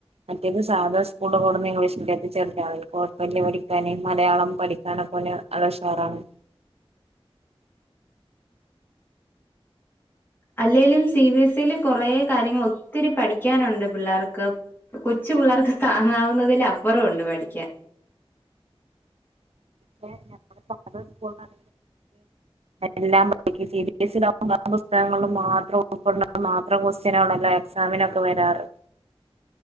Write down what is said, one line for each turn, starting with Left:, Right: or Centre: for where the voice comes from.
Right: മറ്റേത് സാധാ സ്കൂളിൽ കൊടുന്ന് ഇംഗ്ലീഷ് മീഡിയത്തിൽ ചേർത്തു, അവനെ കൊഴപ്പല്ല പഠിക്കാന് മലയാളം പഠിക്കാനൊക്കെ ഓന് നല്ല ഉഷാറാണ്.
Left: അല്ലെലും സി ബി എസ് ഇല് കെറെ കാര്യങ്ങൾ ഒത്തിരി പഠിക്കാനുണ്ട് പിള്ളേർക്ക് കൊച്ചു പിള്ളേർക്ക് താങ്ങാവുന്നതില് അപ്പുറം ഒണ്ട് പഠിക്കാൻ
Right: <unintelligible> എല്ലാം പഠിപ്പിക്കും സി ബി സിലാകുമ്പോ പുസ്തകങ്ങളും മാത്രം ഒറപ്പുള്ള മാത്രം ക്വസ്റ്റ്യനോള്ളല്ലോ എക്സാമിനൊക്കെ വരാറ്